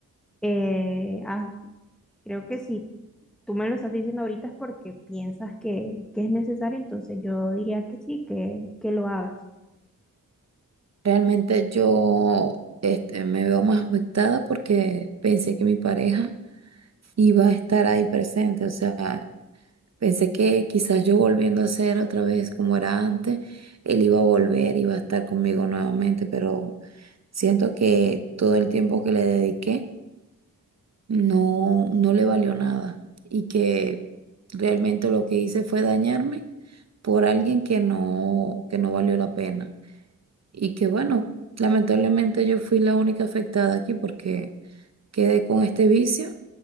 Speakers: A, in the centre; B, on the right (about 50°).
A: eh, hazlo. Creo que si tú me lo estás diciendo ahorita es porque piensas que, que es necesario, entonces yo diría que sí, que, que lo hagas.
B: Realmente yo este, me veo más afectada porque pensé que mi pareja iba a estar ahí presente, o sea, Pensé que quizás yo volviendo a ser otra vez como era antes, él iba a volver, iba a estar conmigo nuevamente, pero siento que todo el tiempo que le dediqué no, no le valió nada y que realmente lo que hice fue dañarme por alguien que no, que no valió la pena. Y que bueno, lamentablemente yo fui la única afectada aquí porque quedé con este vicio,